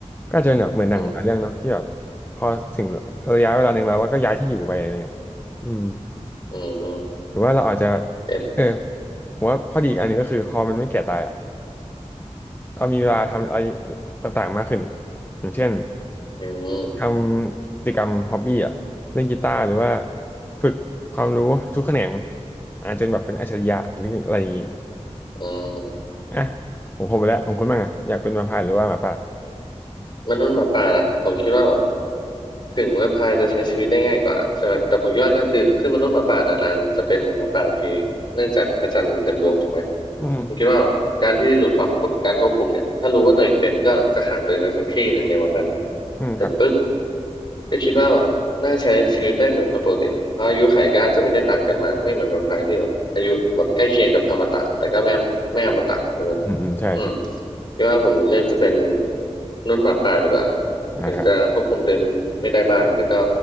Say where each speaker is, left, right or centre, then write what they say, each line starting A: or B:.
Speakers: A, on the left (about 15°); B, on the left (about 40°).
A: ก็อาจจะเป็นแบบเหมือนหนังหลายเรื่องเนาะที่แบบพอถึงระยะเวลาหนึ่งแล้วเราก็ย้ายที่อยู่ไปอะไรเงี้ยอืม
B: อืมอืมอืม
A: หรือว่าเราอาจจะ
B: เก็ต
A: เออ ผมว่าข้อดีอีกอันหนึงก็คือพอมันไม่แก่ตายอะเรามีเวลาทำอะไรต่างๆมากขึ้น อย่างเช่น
B: อืม
A: ทำกิจกรรมฮอบบี้อ่ะเล่นกีตาร์หรือว่าฝึกความรู้ทุกแขนงอาจจะแบบเป็นอัจฉริยะหรืออะไรอย่างงี้
B: อืม
A: อ่ะผมคงไปแล้วผมคุณบ้างอ่ะอยากเป็นมาพายหรือว่าหมาป่า
B: มนุษย์หมาป่านะ ผมคิดว่าแบบ ถึงแวมไพร์จะใช้ชีวิตได้ง่ายกว่าใช่ไหมแต่ผมคิดว่าก็คือคือมนุษย์หมาป่านานๆจะเป็นหมาป่าที่เนื่องจากพระจันทร์เต็มดวงถูกไหม
A: อืม
B: ผมคิดว่าการที่หลุดความการควบคุมเนี่ยถ้ารู้ว่าตัวเองเป็นก็จะขังตัวเองไว้สักที่หนึ่งในวันนั้น
A: อืมครับ
B: เสร็จปุ๊บก็คิดว่าน่าใช้ชีวิตได้เหมือนคนปกตินะเพราะอายุไขก็อาจจะไม่ได้ต่างกันมากไม่เหมือนแวมไพร์ที่แบบอายุแบบใกล้เคียงกับอมตะแต่ก็ไม่ไม่อมตะถูกไหม
A: อืมอืมใช่ใช่
B: อืมคิดว่าผมเลือกจะเป็นมนุ่นหมาป่าดีกว่า
A: นะครับ
B: ถึงจะควบคุมตัวเองไม่ได้บ้างแต่ก็